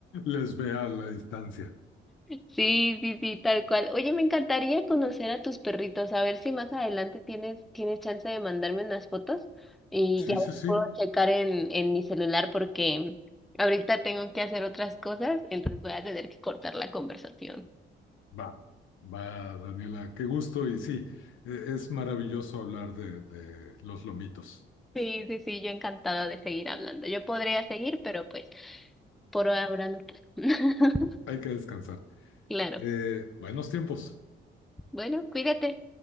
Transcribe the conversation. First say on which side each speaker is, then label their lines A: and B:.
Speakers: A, on the left; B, in the centre.
A: Les ve a la distancia.
B: Sí, sí, sí, tal cual. Oye, me encantaría conocer a tus perritos, a ver si más adelante tienes, tienes chance de mandarme unas fotos y
A: Sí,
B: ya las
A: sí, sí.
B: puedo checar en, en mi celular porque ahorita tengo que hacer otras cosas, entonces voy a tener que cortar la conversación.
A: Va, va, Daniela. Qué gusto y sí, e- es maravilloso hablar de, de los lomitos.
B: Sí, sí, sí, yo encantada de seguir hablando. Yo podría seguir, pero pues por ahora no puedo. <laughs>
A: Hay que descansar.
B: Claro.
A: Eh, buenos tiempos.
B: Bueno, cuídate.